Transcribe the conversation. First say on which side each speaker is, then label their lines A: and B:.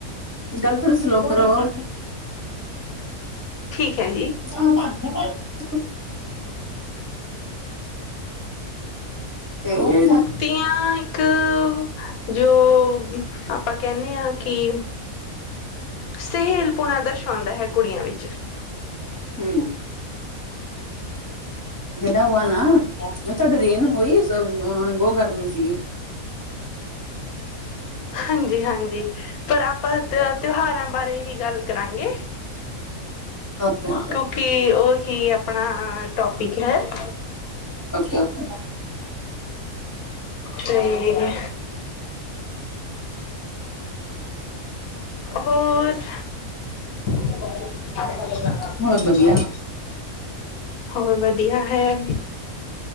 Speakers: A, on the left; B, on the left.
A: ਗੱਲ ਥੋੜੀ ਸਲੋ ਕਰੋ-
B: ਠੀਕ ਹੈ ਜੀ
A: ਹ ਲੱਦਾ <unintelligible> ਤੇ ਹੂੰ
B: ਤਿਆਂ ਇੱਕ- ਜੋ ਆਪਾਂ ਕਹਿਣੇ ਹਾਂ ਕਿ ਸਹੇਲਪੁਣਾ ਦਰਸਾਉਂਦਾ ਹੈ ਕੁੜੀਆਂ ਵਿੱਚ- ਚ <inaudible>
A: ਹੂੰ ਜਿਹੜਾ ਉਹ ਆ ਨਾ ਤੁਹਾਡੇ ਰੇਨ ਹੋਈ ਸੀ ਬਹੁਤ ਗਰਮੀ ਸੀਗੀ।
B: ਹਾਂਜੀ ਹਾਂਜੀ ਪਰ ਆਪਾਂ ਤਿਉਹਾਰਾਂ- ਪਰ ਇਹ ਗੱਲ- ਕਰਾਂਗੇ
A: ਓਕੇ ਓਕੇ
B: ਕਿਉਂਕਿ ਉਸ- ਠੀ ਆ ਆਪਣਾ ਟੋਪਿਕ ਹੈ- <inaudible>
A: ਓਕੇ ਓਕੇ
B: ਤੇ- ਹੋਰ- <unintelligible>
A: ਬਹੁਤ ਵਧੀਆ
B: ਹੋਰ ਵਧੀਆ ਹੈ-